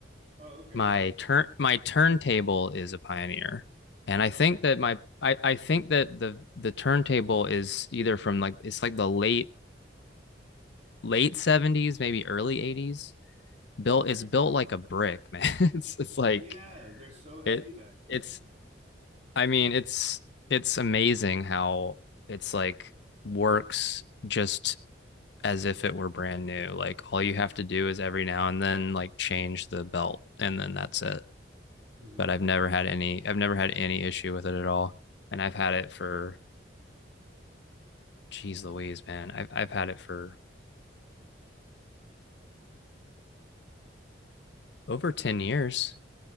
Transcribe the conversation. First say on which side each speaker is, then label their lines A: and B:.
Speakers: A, on the right; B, on the left.
A: Oh, okay,
B: My
A: yeah.
B: turn my turntable is a Pioneer. And I
A: Oh,
B: think
A: nice.
B: that my I I think that the the turntable is either from like it's like the late late 70s, maybe early 80s. built
A: Okay.
B: it's built like a brick, man. <laughs> It's it's like
A: Yeah, they're so heavy
B: it
A: back then.
B: it's I mean, it's it's amazing how it's like works just as if it were brand new. Like all you have to do is every now and then like change the belt and then that's it.
A: hmm
B: But I've never had any I've never had any issue with it at all. And I've had it for geez Louise, man. I've I've had it for over 10 years.